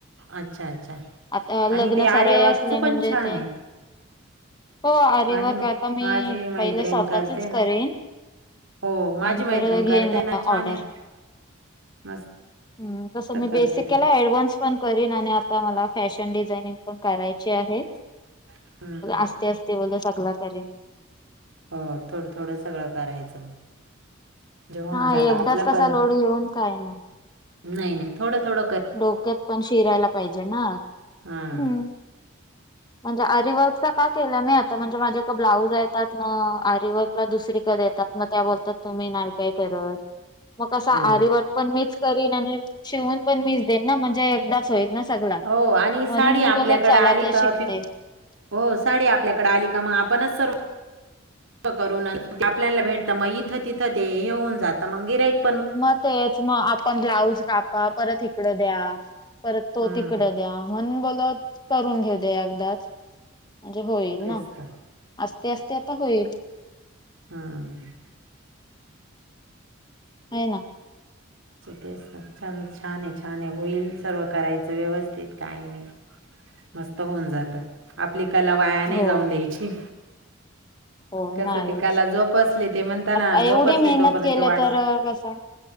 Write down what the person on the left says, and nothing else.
आता लग्न
सराई असले म्हणजे
ते
हो आरिवर्क
आता मी
पहिले स्वतःचच
करेन.
नंतर
घेन
ऑर्डर
ह तसं मी
बेसिक
केला, ऍडव्हान्स पण करीन आणि आता मला फॅशन डिझाइनिंग पण करायची आहे.
अस्तर ते बोल सगल करेन.
हा
एकदाच
कसा
लोड घेऊन काय नाय.
डोक्यात पण शिरायला पाहिजे ना.
हम् म्हणजे आरीवर्कचा का केलं मी आता म्हणजे माझ्याक ब्लाउज येतात ना आरी वर्क ला दुसरीकडे येत मग त्या बोलतात तुम्ही नाही काय करत, मग कसं आरीवर्क
पण मीच करीन आणि शिवून पण मीच देईन ना म्हणजे एकदा होईल ना सगला
म्हणून
मी
बोलत चला
ते
शिकते.
मग तेच मग आपण ब्लाऊज कापा परत इकड द्या परत तो
तिकड द्या म्हणून बोलत करून घेऊ दे एकदाच म्हणजे होईल
ना,
असते असते आता होईल.
हे ना
हो
<unintelligible>
नाहीच
आता
एवढी
मेहनत
केले
तर कसा